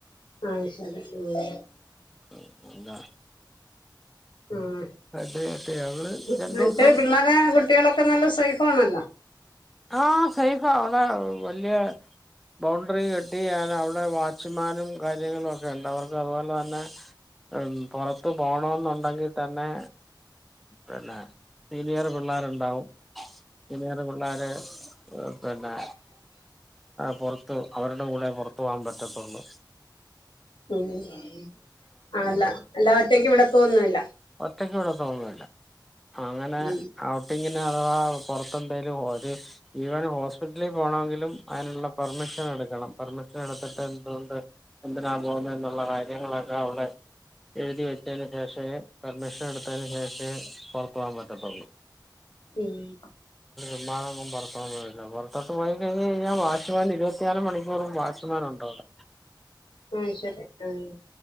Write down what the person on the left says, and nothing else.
അയ് ശരി ആഹ്
ഉം
മറ്റ്
പിള്ളാരെ കുട്ടിയാളൊക്കെ നല്ല സേഫ് ആണല്ലോ
ഉം ആഹ് അല്ല അല്ലാതെ ഒറ്റെക്ക് വിടത്തൊന്നും ഇല്ല
ഉം
ഏഹ്
അയ് ശരി, ആഹ്